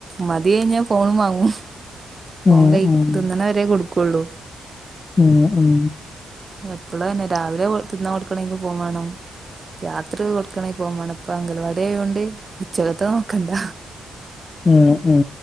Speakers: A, on the right; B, on the left.
A: മതി കഴിഞ്ഞാൽ ഫോണും വാങ്ങും ഫോൺ
B: ഉം
A: കഴി
B: ഉം
A: തിന്ന്ണവരേ കൊടുക്കുള്ളൂ
B: ഉം ഉം
A: എപ്പളും അതന്നെ രാവിലെ തിന്നാ കൊടുക്കണങ്കിൽ ഫോൺ വാണം രാത്രി കൊടുക്കണെ ഫോൺ വാണം ഇപ്പ അംഗലവാടിയായോണ്ട് ഉച്ചകത്തെ നോക്കണ്ട
B: ഉം ഉം